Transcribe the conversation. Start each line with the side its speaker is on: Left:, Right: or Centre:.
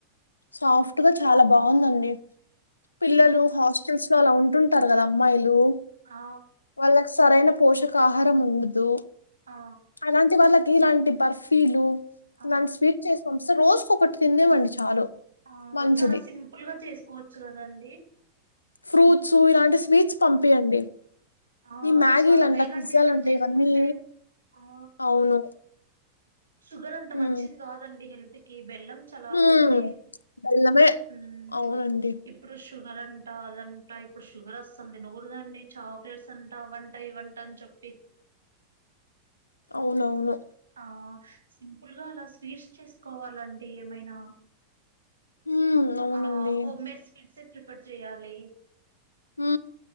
Left: సాఫ్ట్ గా చాలా బాగుందండి పిల్లలు
Right: ఆ
Left: హాస్టల్స్ ఇంట్లో అలా ఉంటుంటారు కదా అమ్మాయిలు
Right: ఆ
Left: వాళ్ళకి సరైన పోషక ఆహారం ఉండదు
Right: ఆ
Left: అలాంటి వాళ్ళకి ఇలాంటి బర్ఫీలు
Right: ఆ
Left: ఇలాంటి స్వీట్ చేసి పంపిస్తే రోజు ఒకటి తినివండి చాలు
Right: ఆ
Left: మంచిది.
Right: చాలా సింపుల్ గా చేసుకోవచ్చు కదండి
Left: ఫ్రూట్స్ ఇలాంటి స్వీట్స్ పంపియండి
Right: ఆ
Left: ఈ మ్యాగీలంట
Right: చాలా మేలండి
Left: పిజ్జాలంటా
Right: అట్లా చేసుకుంటే
Left: ఇవన్నీ
Right: ఆ
Left: అవును
Right: షుగర్ అంత
Left: హ్మ్.
Right: మంచిది కాదండి హెల్త్ కి బెల్లం చల
Left: హ్మ్.
Right: ఓకే
Left: బెల్లమే.
Right: హ్మ్
Left: అవునండి
Right: ఇప్పుడు షు షుగర్ అంట అదంటా ఇప్పుడు షుగర్ అసలు తినకూడదండి చాక్లెట్స్ అంట అవంట ఇవంటా అని చోప్ పి
Left: అవునవును
Right: ఆ సింపుల్ గా అలా స్వీట్స్ చేసుకోవాలండి ఏమైనా
Left: హ్మ్. అవునండి.
Right: ఆ హోమ్ మేడ్ స్వీట్ సే ప్రిఫర్ చేయాలి
Left: హు